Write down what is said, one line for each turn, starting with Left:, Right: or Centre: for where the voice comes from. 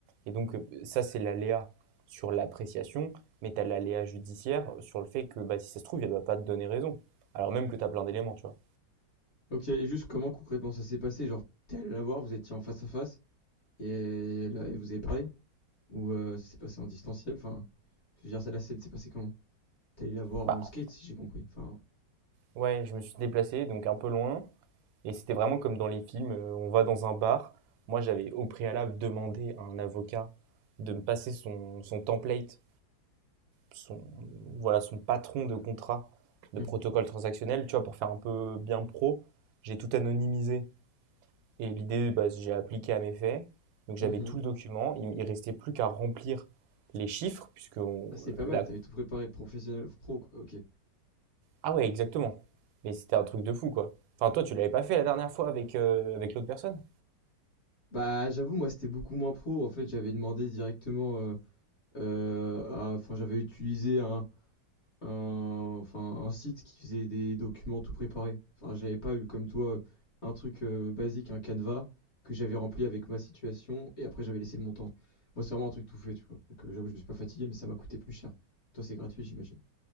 Right: Et donc, euh, ça, c'est l'aléa sur l'appréciation. Mais tu as l'aléa judiciaire sur le fait que bah, si ça se trouve, il ne va pas te donner raison. Alors même que tu as plein d'éléments, tu vois.
Left: Ok, et juste comment concrètement ça s'est passé? Genre, t'es allé la voir, vous étiez en face à face, et, elle a- et vous avez parlé? Ou euh, ça s'est passé en distanciel Enfin, je veux dire, ça, la scène s'est passée comment T'es allé la voir
Right: Bah,
Left: en skate, si j'ai compris. Enfin,
Right: ouais, je me suis déplacé, donc un peu loin. Et c'était vraiment comme dans les films, euh, on va dans un bar. Moi, j'avais au préalable demandé à un avocat de me passer son, son template, son, voilà, son patron de contrat de
Left: hum,
Right: protocole transactionnel, tu vois, pour faire un peu bien pro. J'ai tout anonymisé. Et l'idée, bah, j'ai appliqué à mes faits. Donc j'avais
Left: hum, hum.
Right: tout le document. Il, il restait plus qu'à remplir les chiffres, puisque on-
Left: Ah, c'est pas
Right: la...
Left: mal, t'avais tout préparé professionnel, pro, quoi, ok.
Right: Ah ouais, exactement. Mais c'était un truc de fou, quoi. Enfin, toi, tu l'avais pas fait la dernière fois avec, euh, avec l'autre personne?
Left: Bah, j'avoue, moi, c'était beaucoup moins pro. En fait, j'avais demandé directement. euh, euh, à- Enfin, j'avais utilisé un, un, enfin, un site qui faisait des documents tout préparés. Enfin, j'avais pas eu comme toi un truc euh, basique, un Canva que j'avais rempli avec ma situation et après j'avais laissé le montant. Moi, c'est vraiment un truc tout fait, tu vois. Donc, euh, j'avoue, je me suis pas fatigué, mais ça m'a coûté plus cher. Toi, c'est gratuit, j'imagine.